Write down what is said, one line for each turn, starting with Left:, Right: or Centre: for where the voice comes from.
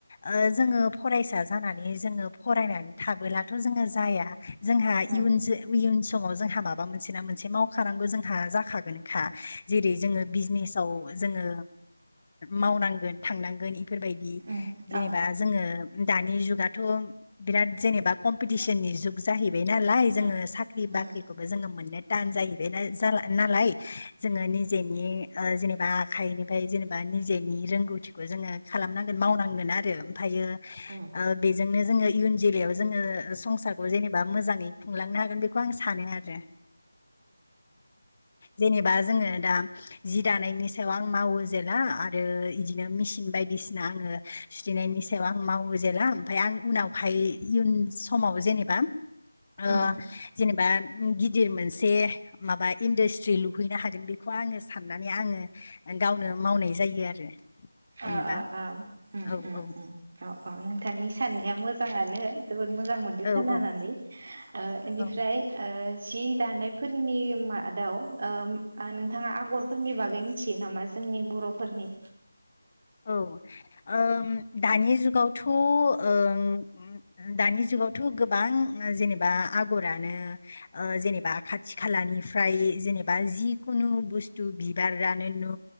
Left: ओ जोङो फरायसा जानानै जोङो फराय थाबोलाथ जोङो ‌‌जाया जोंहा
Right: उम
Left: इयुन जो इयुन स समाव जोंहा माबा मोनसे ना मोनसे मावखानांगौ जोंहा जाखागोनखा। बेजोङो बिजनेसाव जोङो मावनांगोन थांनांगोन बेफोरबायदि
Right: उम
Left: जेनेबा
Right: औ
Left: जोङो दानि जुगाथ' बिराद जेनेबा कम्पिटिसननि जुग जाहैबाय नालाय जोङो
Right: ओ
Left: साख्रि बाख्रिखौबो
Right: ओ
Left: जोङो मोननो टान जाहैबाय नालाय। जोंहानि जेनेबा आखाइनिफ्राय जेनेबा निजेनि रोंगौथिखौ जोङो खालामनांगोन मावनांगोन आरो। फाइयो
Right: उम
Left: बेजोंनो जोङो इयुन जोलैायाव जोङो संसारखौ जेनेबा मोजाङै खुंलांनो हागोन बेखौ आं सानो आरो। जेनेबा जोङो दा जि दानायनि सायाव आं मावो जेला आरो बिदिनो मेसिन बायदिसिना आङो सुथेनायनि सायाव आं मावो जेला ओमफफ्राय आं उनावहाय इयुन समाव जेनेबा ओ
Right: उम
Left: जेनेबा गिदिर मोनसे माबा इन्डास्ट्रि लुहैनो हागोन बे खौ आङो साननानै आङो गावनो मावनाय जायो आरो जेनेबा
Right: ओ ओ ओम उम
Left: औ
Right: उम
Left: औ
Right: उम अ अ नोंथांनि साननाया मोजाङानो। जोबोद मोजां मोनदो
Left: औ
Right: खोनानानै।
Left: औ
Right: ओ इनिफ्राय
Left: औ
Right: ओ जि दानायफोरनि मादाव ओम ओ नोंथाङा आगरफोरनि बागै मिथियो नामा जों नि बर'फोरनि
Left: औ ओम दानि जुगावथ' ओं दानि जु गावथ' गोबां जेनेबा आगरानो ओ जेनेबा खाथि खालानिफ्राय जेनेबा जिकुनु बुस्तु बिबारानो नु